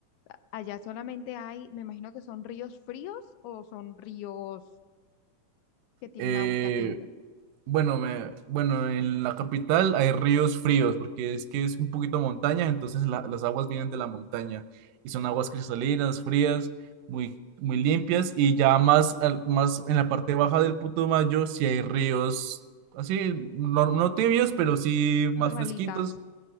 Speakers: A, on the left; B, on the right.
A: A- Allá solamente hay, me imagino que son ríos fríos o son ríos que tienen
B: Eh,
A: agüita tibia,
B: Bueno, me, bueno, en la capital hay ríos fríos porque es que es un poquito montaña, entonces la- las aguas vienen de la montaña y son aguas cristalinas, frías, muy, muy limpias y ya más, al- más en la parte baja del Putumayo sí hay ríos así, no, no tibios, pero sí más
A: normalitas.
B: fresquitos,